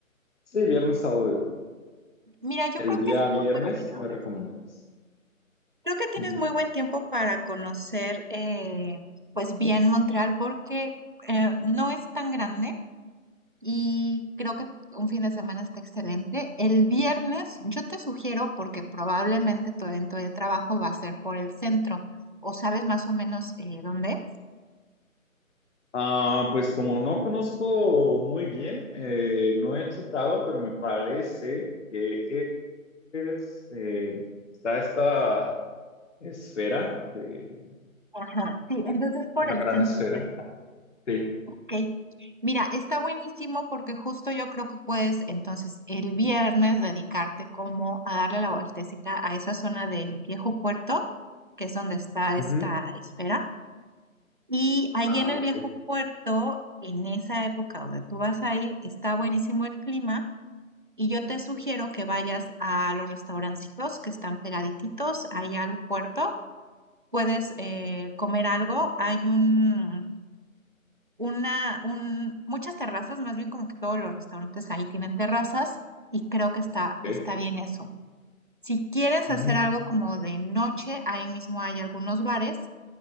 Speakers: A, on the left; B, on the right.
A: Sí, viernes, sábado. y domingo.
B: Mira, yo
A: El
B: creo
A: día
B: que es algo
A: viernes,
B: muy
A: ¿qué me
B: bueno.
A: recomendarías?
B: Creo que tienes
A: Ujú.
B: muy buen tiempo para conocer, eh, pues bien Montreal, porque eh, no es tan grande y creo que un fin de semana está excelente. El viernes, yo te sugiero, porque probablemente tu evento de trabajo va a ser por el centro, o sabes más o menos eh, dónde. es.
A: Ah, pues como no conozco muy bien, eh, no he checado, pero me parece que es, eh, está esta esfera de
B: Ajá, sí, entonces por
A: una
B: el
A: gran
B: centro.
A: esfera. Sí.
B: Ok. Mira, está buenísimo porque justo yo creo que puedes entonces el viernes dedicarte como a darle la vueltecita a esa zona del viejo puerto, que es donde está
A: Ujú.
B: esta esfera. Y ahí
A: Ah,
B: en el
A: ok.
B: viejo puerto, en esa época donde tú vas a ir, está buenísimo el clima. Y yo te sugiero que vayas a los restaurancitos que están pegaditos allá al puerto. Puedes eh, comer algo. Hay un una, un, muchas terrazas, más bien como que todos los restaurantes ahí tienen terrazas y creo que está, está
A: ok.
B: bien eso. Si quieres
A: Ujú.
B: hacer algo como de noche, ahí mismo hay algunos bares